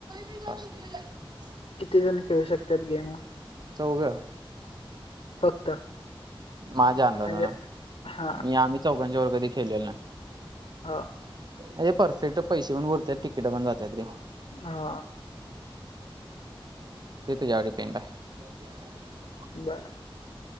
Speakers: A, on the right; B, on the left.
A: <unintelligible>
B: किती जण खेळू शकतात गेम हा?
A: चौघं
B: फक्त
A: माझ्या अंदाजा
B: म्हणजे
A: ना
B: हा
A: मी आम्ही चौघांच्या वर कधी खेळलेलं नाही.
B: हा
A: अरे परफेक्ट पैसे पण भरतात तिकीट पण जातात रे
B: हा
A: <unintelligible>
B: बर